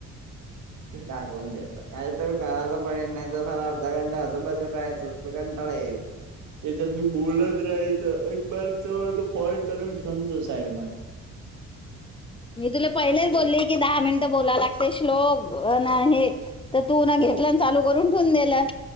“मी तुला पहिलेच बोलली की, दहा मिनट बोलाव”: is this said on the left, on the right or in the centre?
Left